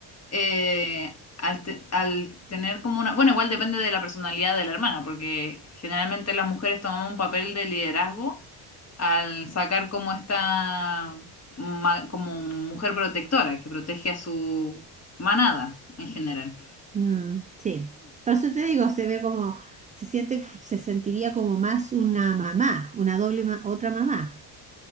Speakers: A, on the left (about 35°); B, on the right (about 20°).
A: eh, al, te- al tener como una, bueno, igual depende de la personalidad de la hermana, porque generalmente las mujeres tomamos un papel de liderazgo al sacar como esta ma- como mujer protectora que protege a su manada en general.
B: Mm, sí, por eso te digo, se ve como, se siente, se sentiría como más una mamá, una doble, ma- otra mamá